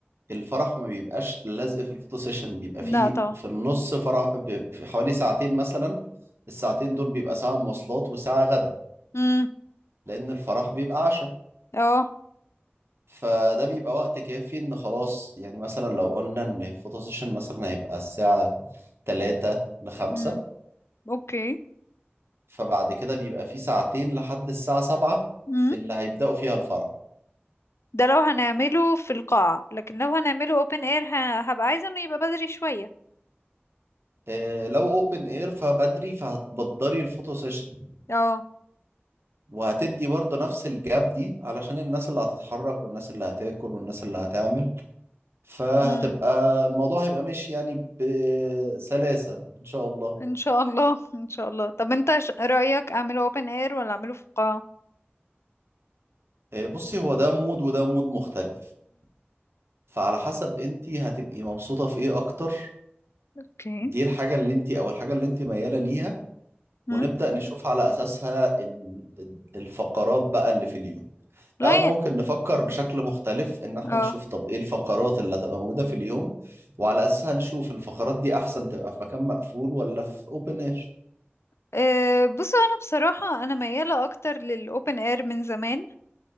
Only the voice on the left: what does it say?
لا
طبعا
امم
اه
امم اوكي
امم
ده لو هنعمله في القاعة لكن لو هنعمله open air ه- هبقى عايزة انه يبقى بدري شوية
اه
امم
ان شاء الله <laughs> ان شاء الله طب انت ش- رأيك اعمله open air ولا اعمله في القاعة
اوكي
مم؟
لا
ي-
اه
آه، بصوا انا بصراحة انا ميالة اكتر للاوبن اير من زمان